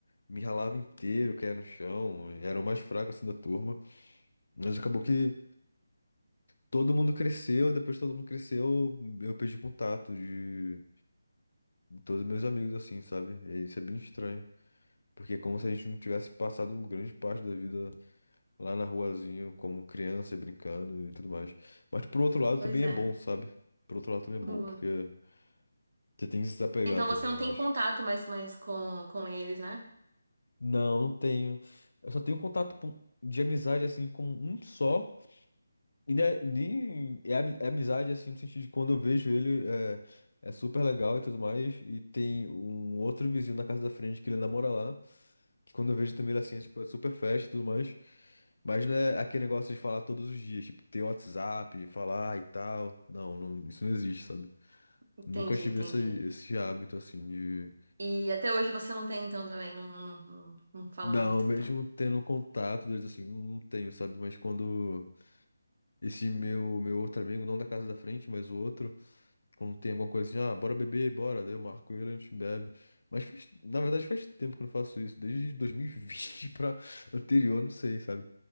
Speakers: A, on the left; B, on the right.
A: me ralava inteiro, caía no chão, era o mais fraco, assim, da turma. Mas acabou que Todo mundo cresceu, depois que todo mundo cresceu, eu perdi contato de todos meus amigos, assim, sabe? E isso é bem estranho. Porque é como se a gente não tivesse passado grande parte da vida lá na ruazinha, como criança, brincando e tudo mais. Mas por outro lado
B: Pois
A: também
B: é.
A: é bom, sabe? Por outro lado também é bom,
B: Boa.
A: porque você tem que se desapegar
B: Então
A: também,
B: você não
A: eu
B: tem
A: acho.
B: contato mais, mais com, com eles, né?
A: Não, não tenho. Eu só tenho contato com- de amizade, assim, com um só. E né, nem é, ami- é amizade assim, no sentido de quando eu vejo ele é, é super legal e tudo mais. E tem um outro vizinho na casa da frente que ele namora lá. Que quando eu vejo também ele assim, é, tipo, é super festa e tudo mais. Mas não é aquele negócio de falar todos os dias, tipo, ter WhatsApp, falar e tal. Não, não, isso não existe, sabe?
B: Entendi,
A: Nunca tive
B: entendi.
A: esse, esse hábito assim de.
B: E até hoje você não tem, então, também. Não, não, não, não fala
A: Não,
B: muito,
A: mesmo
B: então.
A: tendo contato deles assim, não tenho, sabe? Mas quando esse meu, meu outro amigo, não da casa da frente, mas o outro. Quando tem alguma coisa assim, ah, bora beber, bora. Daí eu marco ele, a gente bebe. Mas faz- na verdade faz tempo que eu não faço isso, desde <laughs> 2020 pra anterior, não sei, sabe?